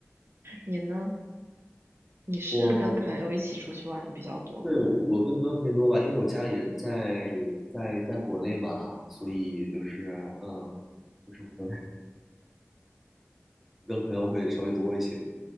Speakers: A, on the right (about 55°); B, in the centre.
A: 你呢？你是跟朋友一起出去玩比较多吗？
B: 我对我跟朋友偏多吧，因为我家里人在在在国内嘛，所以就是嗯，就是会。跟朋友会稍微多一些。